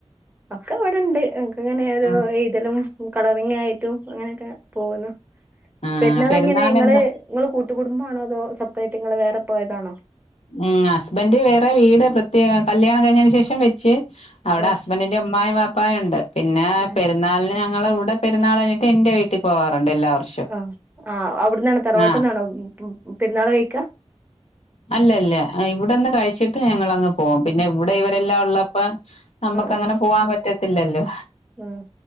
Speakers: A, on the right; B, on the left.
A: ഒക്ക അവിടെണ്ട് ഒക്കെ ഇങ്ങനെ ഏതോ
B: ആഹ്
A: ഴുതലും കളറിങ് ആയിട്ടും അങ്ങനെയൊക്കെ പോകുന്നു
B: ആഹ്
A: പെരുന്നാൾ
B: പെരുന്നാളിന്
A: എങ്ങനെ ങ്ങള്
B: എന്താ
A: നിങ്ങള് കൂട്ടുകടുംബാണോ അതോ നിങ്ങങ്ങള് സപ്പറേറ്റ് വേറെ പോയതാണോ?
B: ഉം ഹസ്ബൻഡറ് വേറെ വീട് പ്രത്യേ കല്യാണം കഴിഞ്ഞന് ശേഷം വെച്ച് അവിടെ
A: ആഹ്
B: ഹസ്ബൻറിന്റെ ഉമ്മായും വാപ്പായും ഉണ്ട് പിന്നെ
A: ഏഹ്
B: പെരുന്നാൾ ഞങ്ങളുടെ പരുന്നാൾ കഴിഞ്ഞിട്ട് എന്റെ വീട്ടിൽ പോകാറുണ്ട് എല്ലാ വർഷവും
A: ആ ആ അവിടന്നാണോ തറവാട്ട്ന്നാണോ
B: ആഹ്
A: പെരുന്നാൾ കഴിക്ക
B: അല്ലല്ല ഇവിടെന്ന് കഴിച്ചിട്ട് ഞങ്ങളങ്ങ് പോം പിന്നെ ഇവിടെ
A: ആഹ്
B: ഇവരെല്ലാം ഉള്ളപ്പോ നമ്മുക്ക്
A: ആഹ്
B: അങ്ങനെ പോവാൻ പറ്റത്തില്ലല്ലോ
A: ആഹ്